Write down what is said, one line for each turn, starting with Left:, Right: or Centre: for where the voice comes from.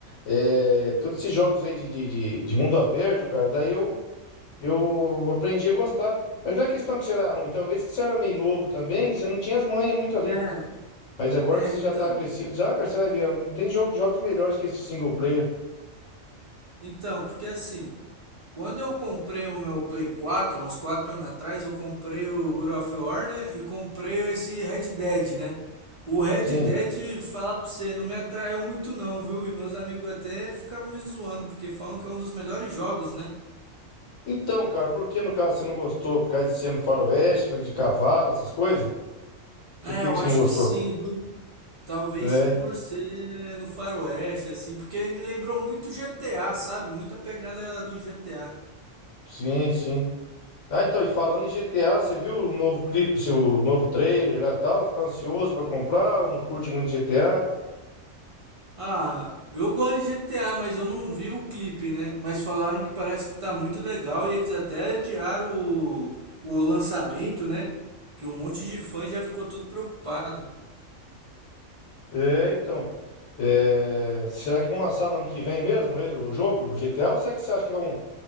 Left: é, todos esses jogos aí de, de, de, de mundo aberto, cara. Daí eu, eu aprendi a gostar. Mas não é questão que você era ruim, talvez que você era meio novo também, você não tinha as manhas muito ali.
Right: é,
Left: Mas agora
Right: é,
Left: que você
Right: então.
Left: já tá crescido, já, cara, você vai ver, não tem jogo, jogos melhores que esse single player.
Right: Então, porque assim, Quando eu comprei o meu Play 4, uns 4 anos atrás, eu comprei o God of War, né? E comprei esse Red Dead, né? O Red
Left: Sim.
Right: Dead, falar pra você, não me atraiu muito não, viu? E meus amigos até ficavam me zoando, porque falam que é um dos melhores jogos, né?
Left: Então, cara, por que no caso você não gostou? Por causa de ser no faroeste, de cavalo, essas coisas? Que,
Right: É,
Left: por que
Right: eu
Left: que você
Right: acho
Left: não gostou?
Right: que sim, viu? Talvez
Left: É,
Right: por ser no faroeste, assim, porque me lembrou muito GTA, sabe? Muita pegada do GTA.
Left: sim, sim. Ah, então, e falando em GTA, você viu o novo clipe, assim, o novo trailer lá e tal? Você tá ansioso pra comprar ou não curte muito GTA?
Right: Ah, eu gosto de GTA, mas eu não vi o clipe, né? Mas falaram que parece que tá muito legal e eles até adiaram o, o lançamento, né? Que um monte de fã já ficou tudo preocupado.
Left: É, então. É, será que vão lançar no ano que vem mesmo ele, o jogo, o GTA, ou será que você acha que vão,